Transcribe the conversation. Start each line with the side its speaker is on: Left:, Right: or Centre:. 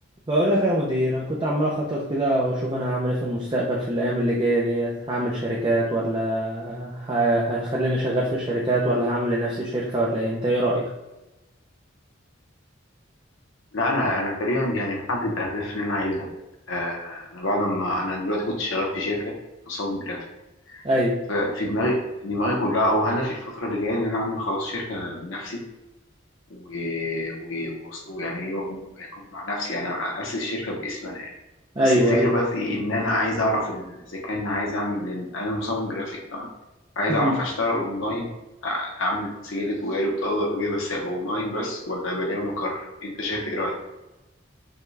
Right: بقول لك يا مدير انا كنت عمال اخطط كده واشوف انا هعمل ايه في المستقبل في الايام اللي جايه ديت هعمل شركات ولا ه- هخليني شغال في الشركات ولا هعمل لنفسي شركه ولا ايه انت ايه رايك
Left: لا انا انا تقريبا يعني محدد الاهداف اللي انا عايزها آه، انا بعد ما انا دلوقتي كنت شغال في شركه مصمم جرافيك
Right: ايوه
Left: ففي دماغي في دماغي كلها او هدفي الفتره اللي جايه ان انا اعمل خلاص شركه بنفسي و... و... وأص- ويعني ايه واكون اكون مع نفسي يعني اسس شركه باسم انا يعني بس
Right: ايوه
Left: الفكره
Right: ايوه
Left: بقى في ايه ان انا عايز اعرف ال- اذا كان عايز اعمل انا مصمم جرافيك تمام عايز
Right: مم.
Left: اعرف اشتغل اونلاين أع- اعمل سجل تجاري وبطاقه ضريبيه بس ابقى اونلاين بس ولا يبقى ليا مقر انت شايف ايه رايك